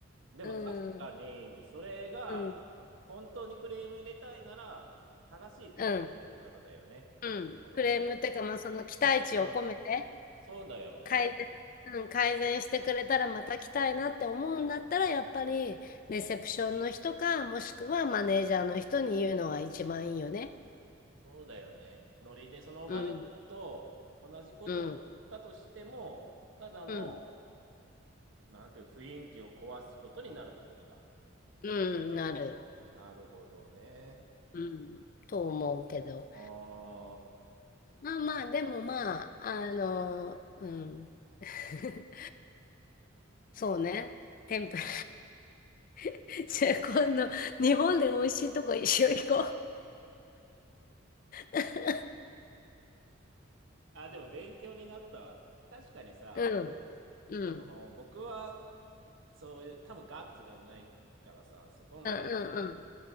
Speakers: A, on the right (about 70°); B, on the left (about 45°).
A: でも確かに、
B: うん、
A: それが本当にクレーム入れたいなら、
B: うん、
A: 正しいクレームの言い方だよね。
B: うん、うん。
A: あの、
B: クレームってか、まあ、その期待値を込めて
A: それ、うんそうだよね。
B: 改善、うん、改善してくれたらまた来たいなって思うんだったら、やっぱりレセプションの人か、もしくはマネージャーの人に言うのが一番いいよね。
A: そうだよね。ノリでその場で言うと、
B: うん、
A: 同じことだとしても、
B: うん。
A: ただの、
B: うん、
A: なんていう雰囲気を壊すことになるってことだ。
B: うん、なる。
A: ああ、なるほどね。
B: うん、と思うけど。
A: あ
B: まあまあ、でもまあ、あの、うん。<laughs> そうね。天ぷら。<laughs> じゃあ今度、日本で美味しいとこ一緒行こう。<laughs>
A: あ、あ、でも勉強になったわ。確かにさ、
B: うん、うん、
A: その僕はそういう、多分ガッツがないからさ、そこまで
B: うん、うん、